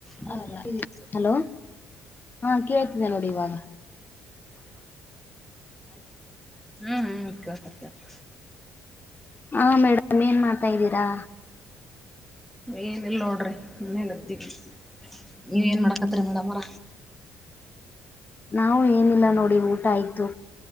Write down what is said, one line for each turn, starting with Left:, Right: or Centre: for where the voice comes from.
Centre: ಹ
Left: ಅದಲ್ಲ
Centre: ಮಗು ಎತ್ಕೊ.
Left: ಹಲೋ ಹಾ ಕೇತಿದೆೇ ನೋಡಿವಾಗ.
Centre: ಹ್ಮ್ ಹ್ಮ್ ಕೇಳ್ತಾ ಕೇಳ್ತ.
Left: ಹಾ ಮೇಡಮ್ ಏನ್ ಮಾಡ್ತಾ್ದೀರಾ.
Centre: ಏನಿಲ್ಲ ನೋಡ್ರಿ ಮನ್ನೆ ಗರ್ತ್ತೀವಿ ನೀವನ್ ಮಾಡಾಕತ್ತರಿ ಮೇಡಮ್ರ.
Left: ನಾವು ಏನಿಲ್ಲ ನೋಡಿ ಊಟ ಆಯ್ತು.